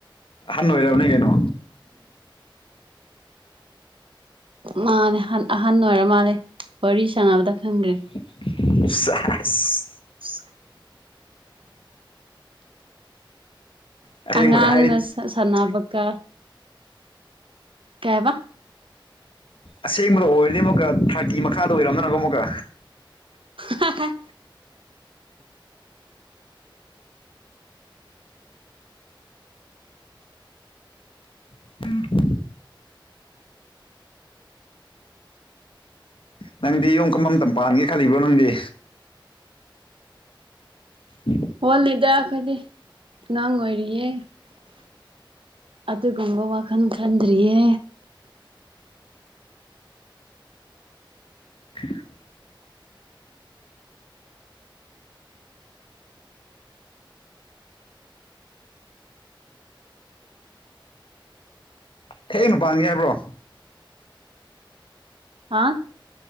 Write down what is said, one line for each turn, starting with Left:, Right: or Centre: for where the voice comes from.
Left: ꯑꯍꯟ ꯑꯣꯏꯔꯕꯅꯤ ꯀꯩꯅꯣ
Right: ꯃꯥꯅꯦ ꯍꯟ ꯑꯍꯟ ꯑꯣꯏꯔ ꯃꯥꯜꯂꯦ ꯋꯥꯔꯤ ꯁꯥꯟꯅꯕꯗ ꯈꯪꯒꯔꯦ
Left: ꯁꯦꯁ
Right: <unintelligible>
Left: ꯑꯁꯦꯡꯕꯒ
Right: ꯑꯉꯥꯡꯅ
Left: ꯍꯥꯏ
Right: ꯁꯥꯟꯅꯕꯀ ꯀꯩ ꯍꯥꯢꯕ
Left: ꯑꯁꯦꯡꯕꯗ ꯑꯣꯏꯔꯗꯤ ꯑꯃꯨꯛꯀ ꯊꯥꯔꯇꯤ ꯃꯈꯥꯗ ꯑꯣꯏꯔꯝꯗꯅꯀꯣ ꯑꯃꯨꯛꯀ
Right: ꯍꯥꯍꯥ
Left: <unintelligible> ꯅꯪꯗꯤ ꯌꯨꯝ ꯀꯝꯕ ꯃꯇꯝ ꯄꯥꯟꯒꯦ ꯈꯜꯂꯤꯕ꯭ꯔꯣ ꯅꯪꯗꯤ <unintelligible>
Right: ꯋꯥꯠꯂꯤꯗ ꯑꯩꯈꯣꯏꯗꯤ ꯑꯉꯥꯡ ꯑꯣꯏꯔꯤꯌꯦ꯫ ꯑꯗꯨꯒꯨꯝꯕ ꯋꯥꯈꯜ ꯈꯟꯗ꯭ꯔꯤꯌꯦ
Left: <inaudible> ꯊꯦꯡꯅ ꯄꯥꯟꯒꯦ ꯍꯥꯏꯕ꯭ꯔꯣ
Right: ꯍꯥꯥ꯫